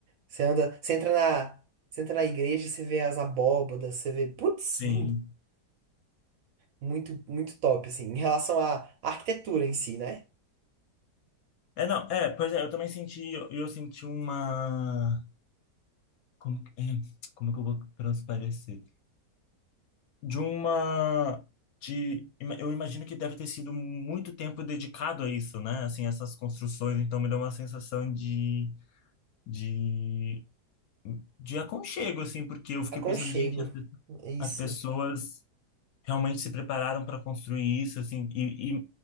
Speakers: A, on the right; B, on the left.
A: Você anda, você entra na, você entra na igreja e você vê as abóbadas, você vê, putz,
B: Sim.
A: lindo. Muito, muito top, assim, em relação à arquitetura em si, né?
B: É, não, é, pois é, eu também senti, eu, eu senti uma. Como, que- é, como que eu vou transparecer? De uma. De, ima- eu imagino que deve ter sido muito tempo dedicado a isso, né? Assim, essas construções, então me deu uma sensação de, de, de aconchego, assim, porque eu fiquei
A: Aconchego,
B: pensando, gente, as, pe-
A: é isso.
B: as pessoas realmente se prepararam para construir isso, assim, e,